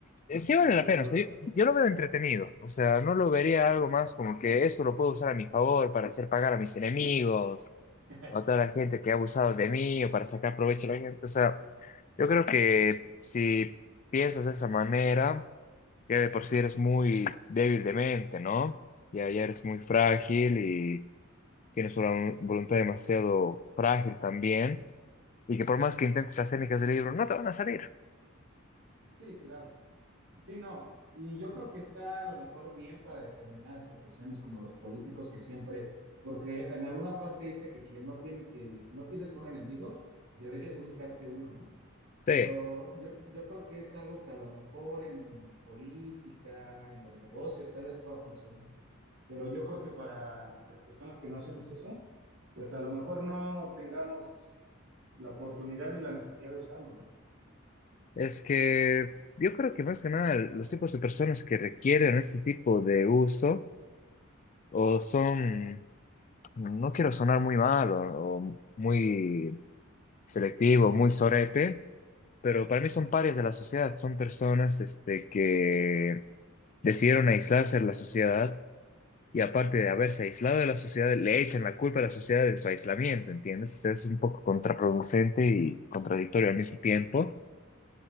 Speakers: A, on the left; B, on the right.
A: Eh, Sí vale
B: no estoy
A: la pena,
B: seguro.
A: o sea, yo, yo lo veo entretenido, o sea, no lo vería algo más como que esto lo puedo usar a mi favor para hacer pagar a mis enemigos
B: <laughs>
A: o a toda la gente que ha abusado de mí o para sacar provecho a la gente, o sea, yo creo que si piensas de esa manera, ya de por sí eres muy débil de mente, ¿no? Ya, ya eres muy frágil y tienes una vo- voluntad demasiado frágil también y que por más que intentes las técnicas del libro, no te van a salir.
B: Sí, claro. Sí, no. Y yo creo que está a lo mejor bien para determinadas profesiones como los políticos que siempre, porque en alguna parte dice que quien no tiene, que si no tienes un enemigo, deberías buscarte uno, ¿no? Pero
A: Sí.
B: yo, yo creo que es algo que a lo mejor en política, en los negocios, tal vez pueda funcionar. Pero yo creo que para las personas que no hacemos eso, pues a lo mejor no tengamos la oportunidad ni la necesidad de usarlo, ¿no?
A: Es que yo creo que más que nada los tipos de personas que requieren este tipo de uso o son, no quiero sonar muy mal o, o muy selectivo, muy sorete, pero para mí son parias de la sociedad, son personas este, que decidieron aislarse de la sociedad y aparte de haberse aislado de la sociedad, le echan la culpa a la sociedad de su aislamiento, ¿entiendes? O sea, es un poco contraproducente y contradictorio al mismo tiempo.